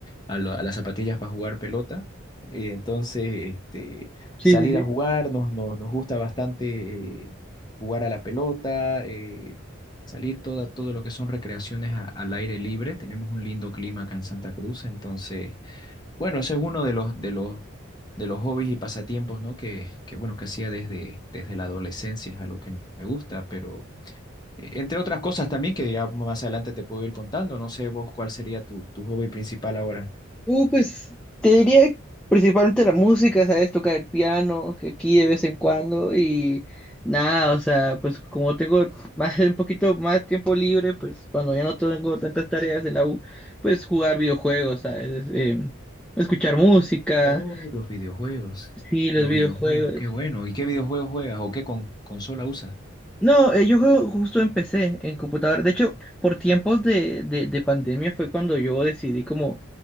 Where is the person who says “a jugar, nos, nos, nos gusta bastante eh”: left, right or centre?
Left